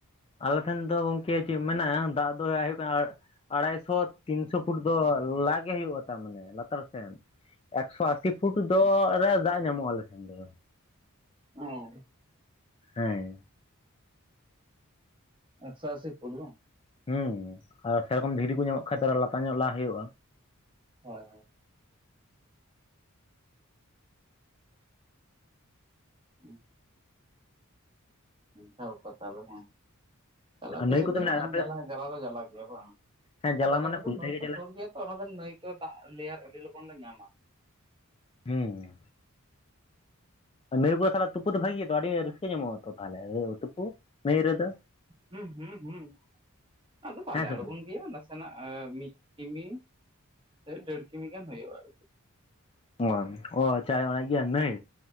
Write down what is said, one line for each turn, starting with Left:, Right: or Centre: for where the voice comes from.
Left: ᱟᱞᱮ ᱴᱷᱮᱱ ᱫᱚ ᱜᱚᱝᱠᱮ ᱪᱮᱫ ᱢᱮᱱᱟᱼᱟ ᱫᱟᱜ ᱫᱚ ᱟᱭᱩ <inaudible> ᱟᱲᱟᱭᱥᱚ ᱛᱤᱱᱥᱚ <unintelligible> ᱯᱷᱩᱴ ᱫᱚ ᱞᱟᱜ ᱜᱮ ᱦᱩᱭᱩᱜᱼᱟ ᱛ ᱢᱟᱱᱮ ᱞᱟᱛᱟᱨ ᱥᱮᱱ᱾ ᱮᱠᱥᱚ ᱟᱥᱤ <unintelligible> ᱯᱷᱩᱴ ᱫᱚ ᱨᱮ ᱫᱟᱜ ᱧᱟᱢᱚᱜᱼᱟ ᱟᱞᱮ ᱥᱮᱱ ᱫᱚ ᱾
Right: ᱚᱻ,
Left: ᱦᱮᱸ,
Right: ᱮᱠᱥᱚ ᱟᱥᱤ ᱯᱷᱩᱴ ᱵᱟᱝ?
Left: ᱦᱩᱸ, ᱟᱨ ᱥᱮᱨᱚᱠᱚᱢ ᱫᱷᱤᱨᱤ ᱠᱚ ᱧᱟᱢᱚᱜ ᱠᱷᱟᱡ ᱛᱚ ᱟᱨᱚ ᱞᱟᱛᱟᱨ ᱧᱚᱜ ᱞᱟ ᱦᱩᱭᱩᱜᱼᱟ ᱾
Right: ᱦᱳᱭ ᱦᱳᱭ ᱾ ᱦᱩᱸ ᱾ ᱚᱝᱠᱟ ᱵᱮᱯᱟᱨ ᱛᱟᱦᱚᱞᱮ ᱵᱟᱝ! ᱛᱟᱦᱚᱞᱮ ᱟᱯᱮᱥᱮᱫ
Left: ᱱᱟᱹᱭ ᱠᱚᱫᱚ
Right: ᱫᱚ ᱡᱟᱠᱟ
Left: ᱢᱮᱱᱟᱜᱼᱟ
Right: ᱦᱚᱸ
Left: ᱟᱯᱮ
Right: ᱡᱟᱞᱟ ᱫᱚ ᱡᱟᱞᱟ ᱜᱮᱭᱟ ᱵᱟᱝ?
Left: ᱦᱮᱸ
Right: ᱟᱫᱚ
Left: ᱡᱟᱞᱟ
Right: ᱟᱞᱮ
Left: ᱢᱟᱱᱮ
Right: ᱠᱚᱫᱚ
Left: ᱯᱩᱨᱟᱹᱴᱟᱭ
Right: ᱱᱟᱹᱭ
Left: ᱜᱮ
Right: ᱠᱚ
Left: ᱡᱟᱞᱟ
Right: ᱥᱳᱨ ᱜᱮᱭᱟ ᱛᱚ, ᱚᱱᱟ ᱫᱚ ᱱᱟᱹᱭ ᱠᱚ ᱫᱟᱜ ᱞᱮᱭᱟᱨ ᱟᱹᱰᱤ ᱞᱚᱜᱚᱱ ᱞᱮ ᱧᱟᱢᱟ᱾
Left: ᱦᱮᱸ ᱾ ᱱᱟᱹᱭ ᱠᱚᱨᱮ ᱛᱟᱦᱚᱞᱮ ᱛᱩᱯᱩ ᱫᱚ ᱵᱷᱟᱹᱜᱮ ᱜᱮᱛᱚ ᱟᱹᱰᱤ ᱨᱟᱹᱥᱠᱟᱹ ᱧᱟᱢᱚᱜᱼᱟ ᱛᱚ ᱛᱟᱦᱚᱞᱮ ᱛᱩᱯᱩ ᱱᱟᱹᱭ ᱨᱮᱫᱚ!
Right: ᱦᱩᱸ ᱦᱩᱸ ᱦᱩᱸ, ᱟᱫᱚ ᱵᱟᱞᱮ
Left: ᱦᱮᱸ
Right: ᱟᱬᱜᱚᱱ
Left: ᱥᱮ ᱵᱟᱝ
Right: ᱜᱮᱭᱟ, ᱱᱟ ᱥᱮ ᱱᱟᱜ ᱢᱤᱫ ᱠᱤᱢᱤ ᱥᱮ ᱰᱮᱲ ᱠᱤᱢᱤ ᱜᱟᱱ ᱦᱩᱭᱩᱜᱼᱟ ᱟᱨ ᱾
Left: <unintelligible> ᱚ ᱪᱟᱭ ᱚᱱᱟ ᱤᱭᱟᱹ ᱱᱟᱹᱭ!